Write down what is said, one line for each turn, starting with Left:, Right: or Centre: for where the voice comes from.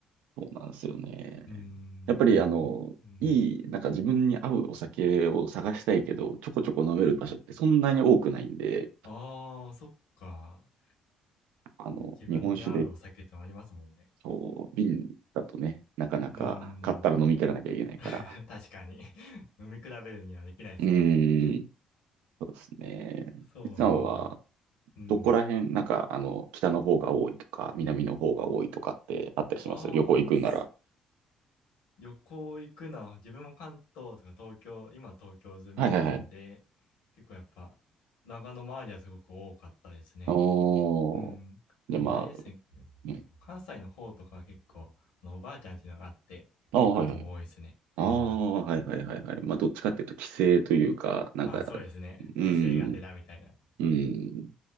Right: そうなんですよね。
Left: <laughs> うん。
Right: やっぱりあの、
Left: でも、うん。
Right: いい、なんか自分に合うお酒を探したいけど、ちょこちょこ飲める場所ってそんなに多くないんで、
Left: ああ、そっか。
Right: あの、
Left: 自分に合うお酒ってのありますもんね。
Right: 日本酒で、そう、瓶だとね、なかなか買ったら飲み切らなきゃいけないから。
Left: うん。<laughs> 確かに。飲み比べるにはできないですもんね。
Right: うーん、そうですね。
Left: そうなんだもん。
Right: いつさんは、
Left: うん。
Right: どこら辺、なんか、あの、北の方が多いとか、南の方が多いとかってあったりします旅行行くなら。
Left: ああ、す旅行行くのは、自分も関東とか東京、今東京済みなんで、
Right: はいはいはい。
Left: 結構やっぱ、長野周りはすごく多かったですね。
Right: おー、
Left: うん。
Right: じゃあま
Left: でもあれですね、
Right: あ、ね、
Left: 結構関西の方とかは結構、あの、おばあちゃんっていうのがあって、
Right: あー、
Left: 行くことも多いですね。
Right: はいはい。ああ、
Left: うん。
Right: はいはいはいはい。まあ、どっちかっていうと、規制というか、なんか、
Left: あ、そうですね。
Right: うん、
Left: 帰省がてらみたいな。
Right: うん。